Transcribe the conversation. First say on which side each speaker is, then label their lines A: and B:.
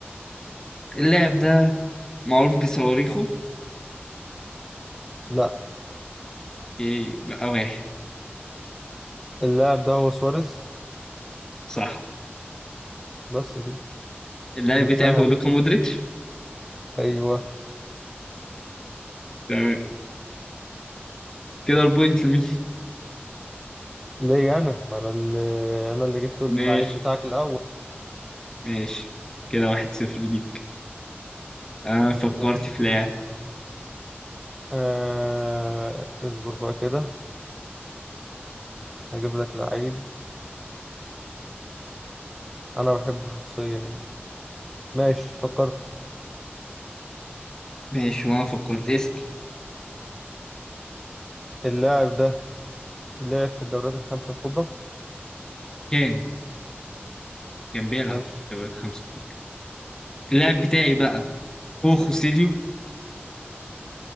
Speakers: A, on the left; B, in the centre.
A: اللاعب ده معروف بصواريخه
B: لا
A: اوكي بقى واحد
B: اللاعب ده هو سواريز
A: صح
B: بس كده
A: اللاعب
B: جبتها
A: بتاعه هو
B: انا
A: لوكا مودريتش
B: ايوه
A: تمام كده البوينت لمين
B: ليه انا ما انا اللي انا اللي جبته
A: ماشي
B: اللعيب بتاعك الاول
A: ماشي كده واحد صفر ليك انا فكرت
B: ماشي
A: في لاعب
B: آه... اصبر بقى كده هجيب لك لعيب انا بحبه شخصيا يعني ماشي فكرت
A: ماشي وانا فكرت اسأل
B: اللاعب ده لعب في الدوريات الخمسة الكبرى
A: كان كان بيلعب
B: ماشي
A: في الدوري الخمسة الكبرى. اللاعب بتاعي بقى هو خوسيليو